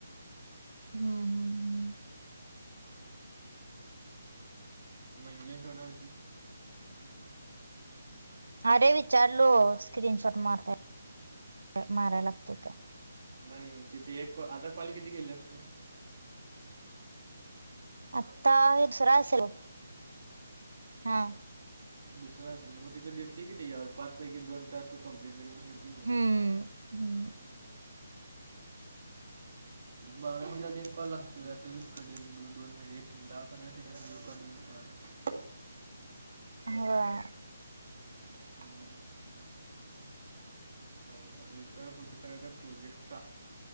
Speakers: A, on the right; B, on the right.
A: हम्म. हम्म.
B: म्हणजे कळवतीस
A: अरे विचारलो स्क्रीन शॉट मारताय मारय लागते का?
B: नाही तिथे एक कॉ आता कॉल किती केल्यास तू?
A: आत्ता हे दुसरा असेल बघ हा.
B: दुसरा असेल ना म तिथे दिसतय की त्याजवर पाच पैकी दोन टास्क कम्प्लिटेड होऊन येतंय की.
A: हम्म हम्म.
B: बारा मिनिटात एक कॉल असतोय आता येईल क दो दोन मिनिट दहा पंधरा सेकड ये कट होईल कॉल.
A: हवा
B: <unintelligible> आता विचार फक्त करायचा प्रोजेक्टचा